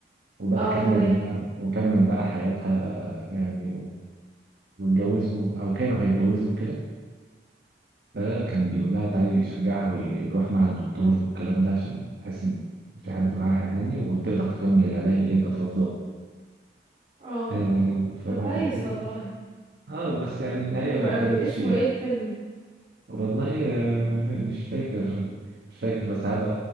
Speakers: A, on the right; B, on the right.
A: وبقى
B: اه
A: كمل
B: تمام
A: وكمل بقى حياتها يعني واتجوزوا او كانوا هيتجوزوا وكده فكان بيقول لها تعالي يشجعها ويروح مع الدكتور والكلام ده عشان تحس ان في حد معاها يعني وتقدر تكمل العلاج اللي هي كانت رافضاه
B: اه
A: آه، فبعد
B: ده كويس
A: كده
B: والله
A: اه بس يعني النهاية
B: حلو
A: ما
B: قوي
A: كانتش
B: اسمه ايه الفيلم ده
A: والله آه، مش فاكر مش فاكر بس هبقى